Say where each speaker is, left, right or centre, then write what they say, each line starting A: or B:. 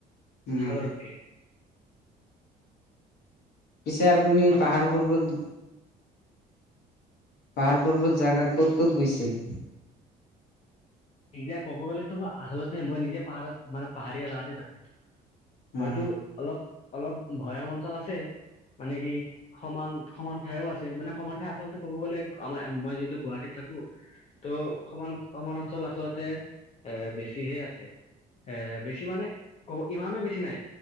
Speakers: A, on the left; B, on the left.
A: উম
B: সাগৰতকে।
A: পিছে আপুনি
B: আপ
A: পাহাৰ পৰ্বত। পাহাৰ পৰ্বত জাগা ক'ত ক'ত গৈছিল।
B: নিজে কব গ'লেতো আচলতে মই নিজে পাহাৰত মানে পাহাৰীয়া জাগাতে থাকো। হয়তো
A: অ
B: অলপ অলপ ভৈয়াম অঞ্চল আছে মানে কি। সমান সমান ঠাইও আছে মানে সমান ঠাই আচলতে ক'ব গ'লে আমাৰ মই যিহেতু গুৱাহাটীত থাকো ত। ত সমান সমৰ অঞ্চল আচলতে এ বেছিহে আছে। এ বেছি মানে অ ইমানো বেছি নাই।